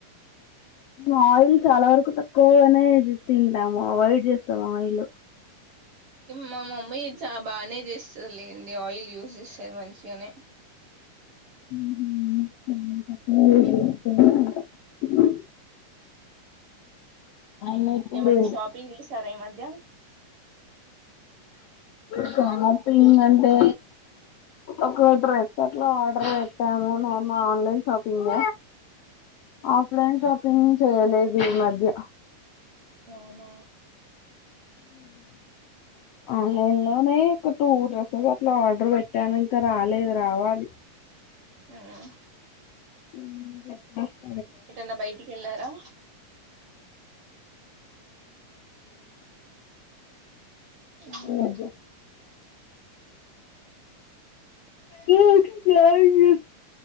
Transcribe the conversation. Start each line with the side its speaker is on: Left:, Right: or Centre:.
Left: మేము ఆయిల్ చాలా వరకు తక్కువగానే తింటాము అవాయిడ్ చేస్తాము ఆయిల్
Right: మా మమ్మీ చా బానే చేస్తుంది లేండి ఆయిల్ యూస్ చేస్తారు మంచిగనే
Left: హహు మా మమ్మీ తక్కువగానే యూస్ చేస్తుంది అయినా ఇప్పుడు
Right: ఏమన్నా షాపింగ్ చేసారా ఈ మధ్య
Left: షాపింగ్ అంటే ఒక డ్రెస్ అట్లా ఆర్డర్ పెట్టాము నేను ఆన్లైన్ షాపింగ్ ఆఫ్లైన్ షాపింగ్ చేయలేదు ఈ మధ్య
Right: అవునా
Left: ఆన్లైన్ లోనే ఒక టూ డ్రెస్సెస్ అట్లా ఆర్డర్ పెట్టాను ఇంకా రాలేదు రావాలి
Right: ఉమ్
Left: హ్మ్ ఎప్పుడు వస్తు
Right: ఏటన్నా బయటికి ఎళ్లారా అవునా
Left: ఈ మధ్య <inaudible> హ్మ్